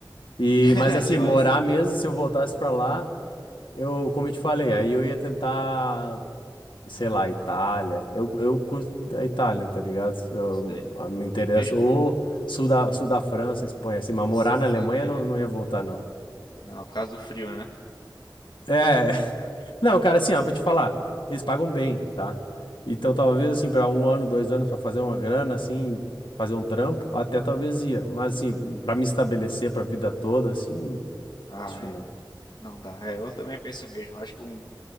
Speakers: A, on the left; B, on the left.
A: E,
B: <laughs>
A: mas assim,
B: Que
A: morar
B: massa.
A: mesmo, se eu voltasse para lá, eu, como eu te falei, aí eu ia tentar e sei lá, Itália. Eu, eu curto a Itália, tá ligado? Eu,
B: Sei.
A: ah, me interessa.
B: Mesmo.
A: Ou sul da, sul da França, Espanha, assim, mas
B: Sabe
A: morar na Alemanha
B: o que
A: não,
B: é?
A: não ia voltar, não.
B: Não, por causa do frio, né?
A: É, <laughs> não, cara, assim, ó, vou te falar, eles pagam bem, tá? Então, talvez, assim, pra um ano, dois anos, pra fazer uma grana, assim, fazer um trampo, até talvez ia. Mas, assim, pra me estabelecer pra vida toda, assim,
B: Ah,
A: acho que
B: é.
A: não.
B: Não dá. É, eu também penso mesmo. Acho que um,